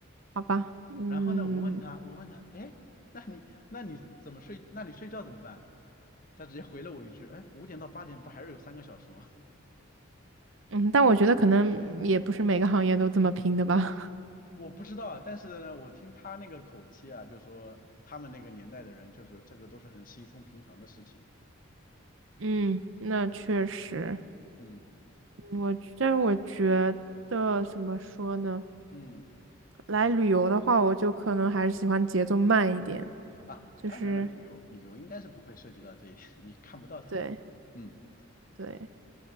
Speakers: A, on the right; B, on the left.
A: 好吧，嗯。
B: 然后呢，我问他，我问他，哎，那你那你怎么睡？那你睡觉怎么办？他直接回了我一句，哎，五点到八点不还是有三个小时吗？
A: 嗯，但我觉得可能也不是每个行业都这么拼的吧。
B: 我不知道啊，但是呢，我听他那个口气啊，就说他们那个年代的人，就是这个都是很稀松平常的事情。
A: <laughs> 嗯，那确实，
B: 嗯
A: 嗯我但是我觉得怎么说呢？
B: 嗯
A: 来旅游的话，我就可能还是喜欢节奏慢一点，
B: 啊，
A: 就是
B: 当然了，旅游旅游应该是不会涉及到这一点，<laughs> 你看不到他们。
A: 对
B: 嗯
A: 对，